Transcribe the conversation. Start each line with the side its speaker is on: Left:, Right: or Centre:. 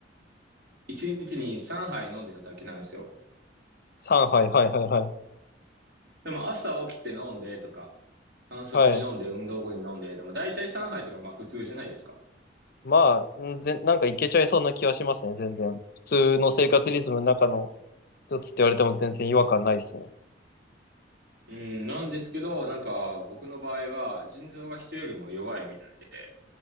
Right: 1日に3杯飲んでただけなんですよ。
Left: 3杯、はいはいはいはい。
Right: でも朝起きて飲んでとか、間食に飲んで、
Left: はい。
Right: 運動後に飲んで、でも大体3杯とかまあ普通じゃないですか。
Left: まあ、んぜ、なんかいけちゃいそうな気はしますね、全然。普通の生活リズムの中の一つって言われても全然違和感ないですね。
Right: うん、なんですけど、なんか僕の場合は腎臓が人よりも弱いみたいで、